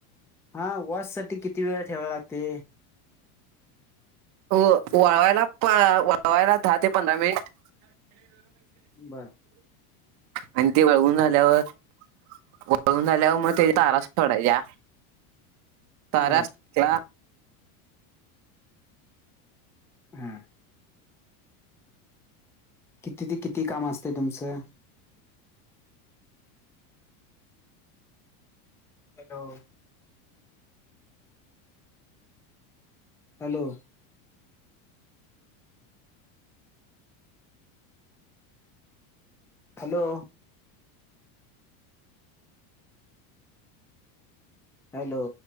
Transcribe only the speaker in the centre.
हा वॉश साठी किती वेळा ठेवा लागते.
बर
बर
हां. किती ते किती काम असते तुमचं. हॅलो. हॅलो. हॅलो. हॅलो.